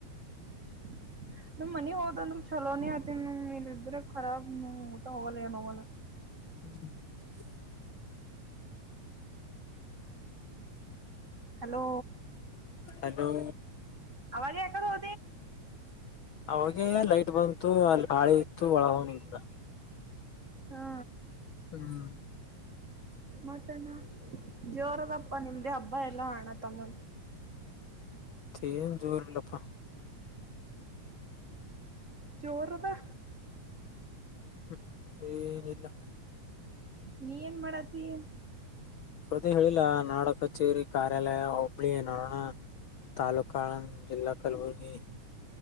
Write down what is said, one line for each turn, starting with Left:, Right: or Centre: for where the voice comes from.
Right: <inaudible> ನಮ್ ಮನ ಹೋದಂದ್ರು ಚಲೋನೇ ಆತಿ ಇಲ್ಲ ಇದ್ರೆಖರಾಬ್ ಊಟ ಹೋಗಲ್ಲ ಏನ್ ಹೋಗಲ್ಲ
Left: ಹ <unintelligible>
Right: ಹಲೋ
Left: ಅದುೋ
Right: ಅವವಾಗ ಯಾಕಡೆ ಹೂ
Left: ಅವಾಗ ಲೈಟ್ ಬಂತು ಅಲ್ಲಿ ಬಾಳೆ ಇತ್ತು ಒಳ ಹ ನಿಂತದ
Right: ಹಾ
Left: ಹ್ಮ್
Right: ಮತ್ತ ಜೋರದಪ್ಪ ನಿಮ್ದೆ ಹಬ್ಬ ಎಲ್ಲಾ ಹಣ ತಮ್ಮನ್ <inaudible>
Left: ಏನ್ ಜೋರಿಲ್ಲಪ್ಪ
Right: ಜೋರುದಾ
Left: ಹ್ಮ್ ಹ್ಮ್ ಏನಲ್ಲ
Right: ನೀ ಏನ್ ಮಾಡತಿ
Left: ಸೌದ ಹೇಳಿಲ್ಲಾ ನಾಡ ಕಚೇರಿ ಕಾರ್ಯಾಲಯ ಒಬ್ಳಿ ನೋಡೋಣ ತಾಲೂಕ ಅಣ್ಣ ಇಲ್ಲ ಕಲಬುರ್ಗಿ